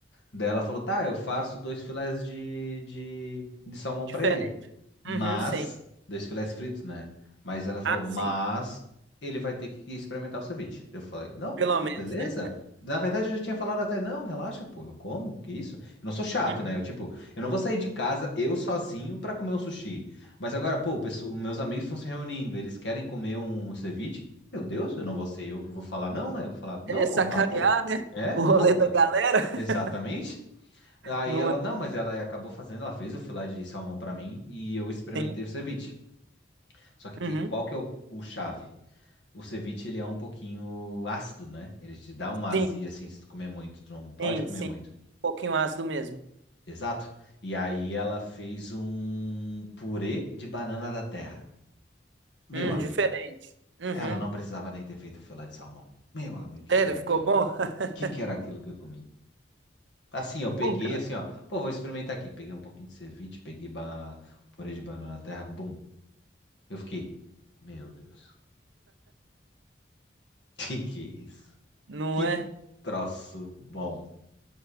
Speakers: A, on the left (about 75°); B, on the right (about 80°).
A: Daí ela falou, tá, eu faço dois filés de, de, de salmão
B: diferente.
A: pra ele. Mas,
B: Uhum, sim.
A: dois filés fritos, né? Mas ela falou,
B: Ah,
A: mas
B: sim,
A: ele vai ter que experimentar o ceviche. Eu falei, não,
B: pelo
A: pô,
B: menos,
A: beleza.
B: né?
A: Na verdade, eu já tinha falado até, não, relaxa, pô, eu como, que isso? Eu não sou chato,
B: Uhum.
A: né? Eu, tipo, eu não vou sair de casa eu sozinho pra comer um sushi. Mas agora, pô, o pessoal- meus amigos estão se reunindo, eles querem comer um ceviche. Meu Deus, eu não vou ser eu que vou falar, não, né? Eu vou falar, não,
B: É
A: vamos
B: sacanear,
A: lá, pô.
B: né?
A: É,
B: O rolê
A: pô, pela...
B: da galera. <laughs>
A: exatamente. Aí
B: Não
A: ela,
B: é
A: não, mas ela acabou fazendo, ela fez o filé de salmão pra mim e eu experimentei
B: assim?
A: o ceviche. Só que, que-
B: Uhum.
A: qual que é o, o chave? O ceviche, ele é um pouquinho ácido, né? Ele te dá uma azia,
B: Sim,
A: assim, se tu comer muito. Tu não pode
B: sim,
A: comer
B: sim.
A: muito.
B: Um pouquinho ácido mesmo.
A: Exato. E aí ela fez um purê de banana da terra. Meu
B: Hum,
A: amigo,
B: diferente. Uhum.
A: ela não precisava nem ter feito o filé de salmão. Meu amigo, o que
B: Sério,
A: que era
B: ficou
A: aquilo?
B: bom?
A: O
B: <laughs>
A: que que era aquilo que eu comi? Assim, eu
B: Bom,
A: peguei,
B: cara.
A: assim, ó. Pô, vou experimentar aqui. Peguei um pouquinho de ceviche, peguei ba- purê de banana da terra, bum. Eu fiquei, meu Deus, <laughs> que que é isso?
B: Não
A: Que
B: é?
A: troço bom.